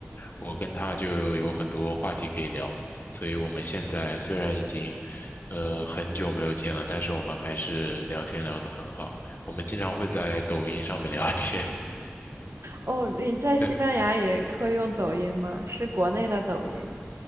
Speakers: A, on the left; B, on the right.
A: 我跟他就有很多话题可以聊，所以我们现在虽然已经，呃，很久没有见了，但是我们还是聊天聊得很好。我们经常会在抖音上面聊天。
B: 哦，你在西班牙也会用抖音吗？
A: 对
B: 是国内的抖音？